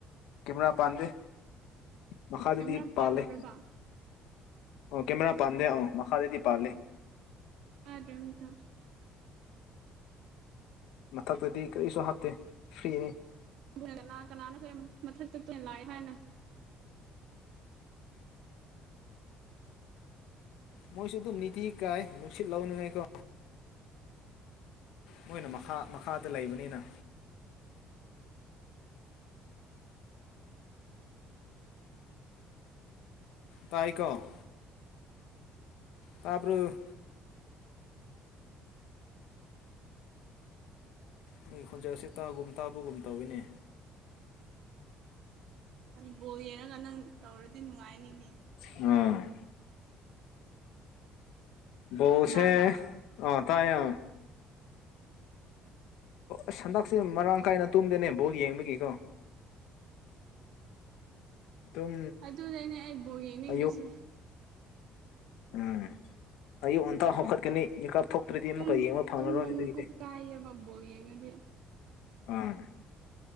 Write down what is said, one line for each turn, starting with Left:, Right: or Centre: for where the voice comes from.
Left: ꯀꯦꯃꯦꯔꯥ ꯄꯥꯟꯗꯦ ꯃꯈꯥꯗꯗꯤ
Right: ꯀꯦꯃꯦꯔꯥ ꯄꯥꯟꯗꯕ꯭ꯔꯕ
Left: ꯄꯥꯜꯂꯦ꯫ ꯑꯣ ꯀꯦꯃꯦꯔꯥ ꯄꯥꯟꯗꯦ ꯑ ꯃꯈꯥꯗꯗꯤ ꯄꯥꯜꯂꯦ꯫
Right: <unintelligible>
Left: ꯃꯊꯛꯇꯗꯤ ꯀꯔꯤꯁꯨ ꯍꯥꯞꯇꯦ ꯐ꯭ꯔꯤꯅꯤ
Right: ꯀꯅꯥ ꯀꯅꯥꯅꯣ ꯁꯦ ꯃꯊꯛꯇ ꯇꯣꯏ ꯂꯥꯛꯑꯦ ꯍꯥꯏꯅꯦ
Left: ꯃꯣꯏꯁꯨ ꯑꯗꯨꯝ ꯅꯤꯇꯤ ꯀꯥꯏ ꯅꯨꯡꯁꯤꯠ ꯂꯥꯎꯅꯤꯉꯥꯏꯀꯣ ꯃꯣꯏꯅ ꯃꯈꯥ ꯃꯈꯥꯗ ꯂꯩꯕꯅꯤꯅ ꯇꯏꯀꯣ ꯇꯕ꯭ꯔꯣ ꯑꯩꯒꯤ ꯈꯣꯟꯖꯦꯜꯁꯦ ꯇꯥꯒꯨꯝ ꯇꯥꯕꯒꯨꯝ ꯇꯧꯏꯅꯦ
Right: ꯑꯥ ꯕꯣꯜ ꯌꯦꯡꯉꯒ ꯅꯪ ꯇꯧꯔꯗꯤ ꯅꯨꯡꯉꯥꯏꯅꯤꯅꯦ
Left: ꯎꯝ ꯕꯣꯜꯁꯦ
Right: ꯇꯥꯕ꯭ꯔꯥ
Left: ꯑꯥ ꯇꯥꯏ ꯑꯥ ꯑꯁ ꯍꯟꯗꯛꯁꯦ ꯃꯔꯥꯡ ꯀꯥꯏꯅ ꯇꯨꯝꯗꯦꯅꯦ ꯕꯣꯜ ꯌꯦꯡꯕꯒꯤꯀꯣ ꯑꯗꯨꯝ
Right: ꯑꯗꯨꯗꯅꯦ ꯑꯩ ꯕꯣꯜ ꯌꯦꯡꯅꯤꯡꯗ꯭ꯔꯤꯁꯦ
Left: ꯑꯌꯨꯛ ꯎꯝ ꯑꯌꯨꯛ ꯉꯟꯇ ꯍꯧꯈꯠꯀꯅꯤ ꯃꯤꯀꯞ ꯊꯣꯛꯇ꯭ꯔꯗꯤ ꯑꯃꯨꯛꯀ
Right: ꯇꯨꯝ
Left: ꯌꯦꯡꯕ ꯐꯪꯉꯔꯣꯏ
Right: ꯇꯨꯝꯕ
Left: ꯑꯗꯨꯒꯤꯗꯤ
Right: ꯃꯤꯀꯨꯞ ꯀꯥꯏꯌꯦꯕ ꯕꯣꯜ ꯌꯦꯡꯉꯗꯤ
Left: ꯑꯥ